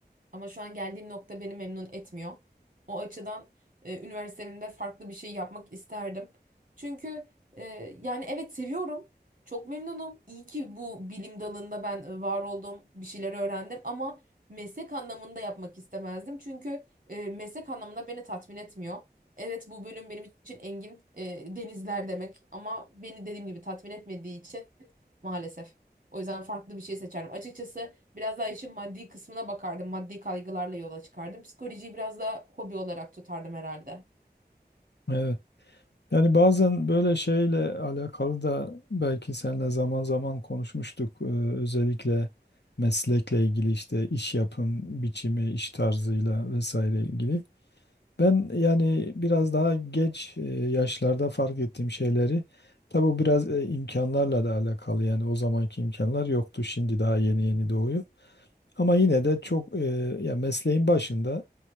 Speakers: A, on the right; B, on the left.
A: Ama şu an geldiğim nokta beni memnun etmiyor. O açıdan e, üniversitemde farklı bir şey yapmak isterdim. Çünkü e, yani evet seviyorum. Çok memnunum. İyi ki bu bilim dalında ben e, var oldum, bir şeyler öğrendim ama meslek anlamında yapmak istemezdim. Çünkü e, meslek anlamında beni tatmin etmiyor. Evet bu bölüm benim için engin e, denizler demek ama beni dediğim gibi tatmin etmediği için maalesef. O yüzden farklı bir şey seçerim Açıkçası Biraz daha işin maddi kısmına bakardım. Maddi kaygılarla yola çıkardım. Psikolojiyi biraz daha hobi olarak tutardım herhalde.
B: Evet. Yani bazen böyle şeyle alakalı da belki seninle zaman zaman konuşmuştuk. Ee, özellikle meslekle ilgili işte iş yapım biçimi, iş tarzıyla vesaire ilgili. Ben yani biraz daha geç e, yaşlarda fark ettiğim şeyleri tabi bu biraz e, imkanlarla da alakalı yani o zamanki imkanlar yoktu şimdi daha yeni yeni doğuyor. Ama yine de çok e, ya mesleğin başında